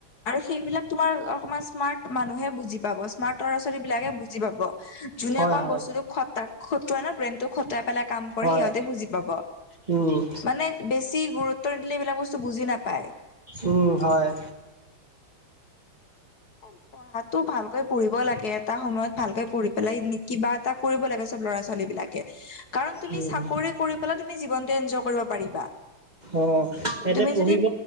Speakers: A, on the left; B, on the right.
A: আৰু সেইবিলাক তোমাৰ অকমান স্মাৰ্ট মানুহে বুজি পাব স্মাৰ্ট ল'ৰা ছোৱালি বিলাকে বুজি পাব যোনে
B: হয়
A: অকমান
B: হয়
A: বস্তুটো খতা খতোৱাই ন ব্ৰেইনটো খটাই পেলাই কাম কৰে
B: হয়
A: সিহঁতে বুজি পাব।
B: উম।
A: মানে বেছি গুৰুত্ব নিদিলে এইবিলাক বস্তু বুজি নাপায়।
B: উম হয়।
A: <unintelligible> পঢ়াতো ভালকৈ পঢ়িব লাগে এটা সময়ত ভালকে পঢ়ি পেলাই কিবা এটা কৰিব লাগে চব ল'ৰা ছোৱালী বিলাকে। কাৰণ তুমি
B: উম
A: চাকৰি কৰি পেলাই তুমি জীৱনটো এনজয় কৰিব পাৰিবা।
B: অ' সিহঁতে
A: তুমি
B: পঢ়িব
A: যদি